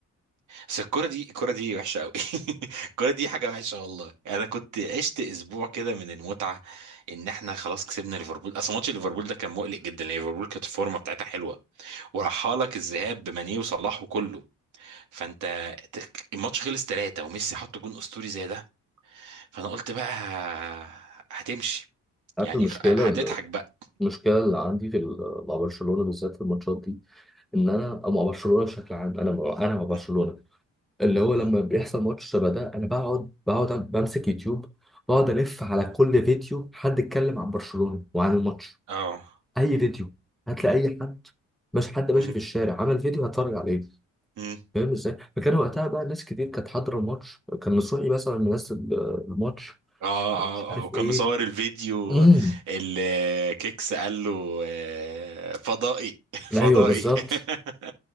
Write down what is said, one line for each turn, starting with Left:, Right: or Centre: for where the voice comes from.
Right: بس الكرة دي الكرة دي وحشة قوي <laughs> الكرة دي حاجة وحشة والله يعني انا كنت عشت اسبوع كده من المتعة ان احنا خلاص كسبنا ليفربول اصل ماتش ليفربول ده كان مقلق جدا لان ليفربول كانت الفورمة بتاعتها حلوة وراحها لك الذهاب بماني وصلاح وكله فانت ت- الماتش خلص ثلاثة وميسي حط جون اسطوري زي ده فانا قلت بقى ه- هتمشي
Centre: عارف
Right: يعني
Centre: المشكله
Right: خ- هتضحك بقى
Centre: المشكله اللي عندي في ال- مع برشلونه بالذات في الماتشات دي ان انا أو مع برشلونه بشكل عام انا مع- انا مع برشلونه
Right: م-
Centre: اللي هو
Right: م-
Centre: لما بيحصل ماتش شبه ده انا بقعد بقعد بمسك يوتيوب بقعد الف على كل فيديو حد اتكلم عن برشلونة وعن الماتش
Right: اه
Centre: اي فيديو هتلاقي اي حد مش حد ماشي
Right: م-
Centre: في الشارع عمل فيديو هتفرج عليه
Right: م.
Centre: فاهم ازاي فكان وقتها بقى ناس كتير كانت حاضره الماتش كان نصوحي مثلا منزل آه، الماتش
Right: اه اه
Centre: مش عارف
Right: اه وكان
Centre: ايه
Right: مصور الفيديو
Centre: امم
Right: الكيكس قال له آه، فضائي <laughs> فضائي
Centre: ايوه بالظبط
Right: <laughs>